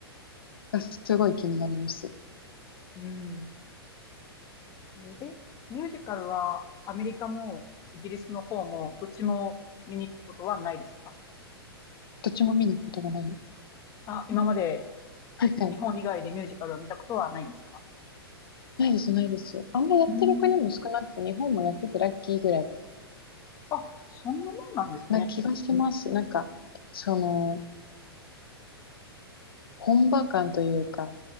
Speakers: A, on the left; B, on the left.
A: がすごい気になります。
B: うん。うんえ、ミュージカルはアメリカもイギリスの方もどっちも見に行くことはないですか
A: どっちも見に行くことがない。
B: あ、今まで
A: はいはい。
B: 日本以外でミュージカルを見たことはないんですか
A: ないです、ないです。あんまやってる国も少なくて、
B: うん
A: 日本もやっててラッキーぐらい。
B: あ、そんなもんなんですね。
A: な気がします。なんか、その、本場感というか、